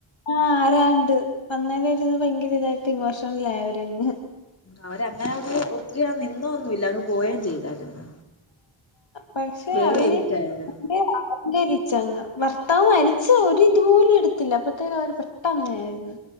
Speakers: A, on the left (about 65°); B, on the left (about 30°).
A: ആഹ ആരാണ്ട് വന്നേര ഇരു ഭയങ്കര ഇതായിട്ട് ഇമോഷണലായി അവരങ്ങ്
B: അവരങ്ങനെ അങ് ഒത്തിരിയാ നിന്നൊന്നുല്ല അങ്ങ് പോവയും ചെയ്തായിരുന്നു
A: പക്ഷെ
B: വേഗം
A: അവര്
B: എവിക്റ്റ് ആയായിരുന്നു
A: <unintelligible> അ <unintelligible> രിച്ചങ്ങ് ഭർത്താവ് മരി ച്ച ഒരു ഇതുപോലും എടുത്തില്ല അപ്പഴത്തേക്ക അവര് പെട്ടന്നായിരുന്നു